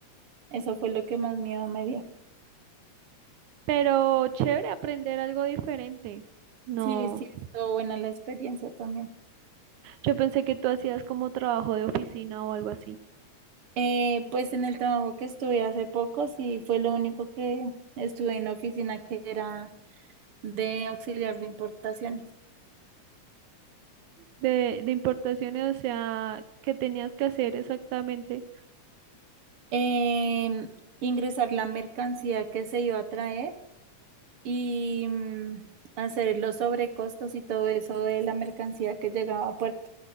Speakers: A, on the right; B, on the right.
A: eso fue lo que más miedo me dio.
B: Pero chévere aprender algo diferente. No,
A: Sí, sí, estuvo buena la experiencia también.
B: yo pensé que tú hacías como trabajo de oficina o algo así.
A: Eh, pues en el trabajo que estuve hace poco, sí, fue lo único que estuve en la oficina que era de auxiliar de importaciones.
B: De, de importaciones, o sea, ¿qué tenías que hacer exactamente?
A: Em, ingresar la mercancía que se iba a traer y mm, hacer los sobrecostos y todo eso de la mercancía que llegaba a puerto,